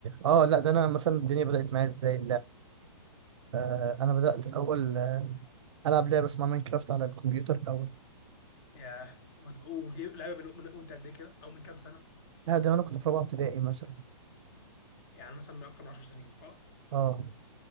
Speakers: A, on the right; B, on the left.
A: اه لا ده انا مثلا الدنيا بدات معايا ازاي آه، انا بدات الاول آه، العب لعبه اسمها ماينكرافت على الكمبيوتر الاول
B: ياه وت- وجي- لعبه من... من... وانت قد ايه كده او من كام سنه
A: لا ده انا كنت في رابعه ابتدائي مثلا
B: يعني مثلا من اكتر من 10 سنين صح
A: اه